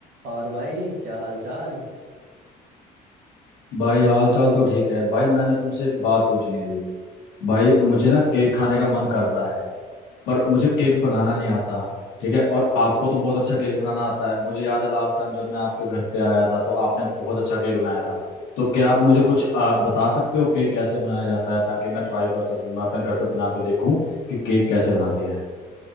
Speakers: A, on the right; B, on the left.
A: और भाई क्या हाल चाल
B: भाई हाल चाल तो ठीक है भाई मैंने तुमसे एक बात पूछनी थी भाई
A: हाँ
B: मुझे
A: पूछो
B: ना केक खाने का मन कर रहा है पर मुझे
A: हम्म
B: केक बनाना नहीं आता ठीक है और आपको
A: अच्छा
B: तो बहुत अच्छा केक बनाना आता है मुझे याद है लास्ट टाइम जब मैं आपके घर पे आया था तो आपने बहुत अच्छा केक बनाया था तो क्या आप मुझे कुछ आ, बता सकते हो केक कैसे बनाया जाता है ताकि मैं ट्राई कर सकूं मैं अपने घर पे बना
A: अच्छा,
B: के देखूं कि केक कैसे बनाते हैं